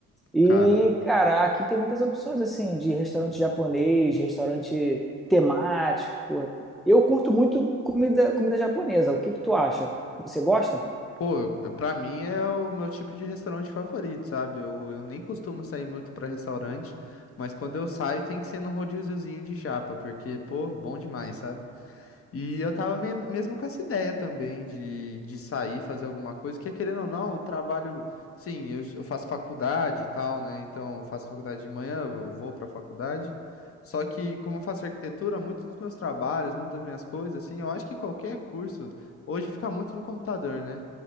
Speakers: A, in the centre; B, on the left.
A: E,
B: Cara,
A: cara, aqui tem muitas opções, assim, de restaurante japonês, restaurante temático. Eu curto muito comida, comida japonesa. O que que tu acha? Você gosta?
B: pô, eu- eu- pra mim é o meu tipo de restaurante favorito, sabe? Eu, eu nem costumo sair muito pra restaurante, mas quando eu saio tem que ser num rodíziozinho de chapa, porque, pô, bom demais, sabe? E eu tava me- mesmo com essa ideia também de, de sair, fazer alguma coisa, que querendo ou não, trabalho. Sim, eu, eu faço faculdade e tal, né? Então, eu faço faculdade de manhã, eu vou pra faculdade. Só que, como eu faço arquitetura, muitos dos meus trabalhos, muitas das minhas coisas, assim, eu acho que qualquer curso hoje fica muito no computador, né?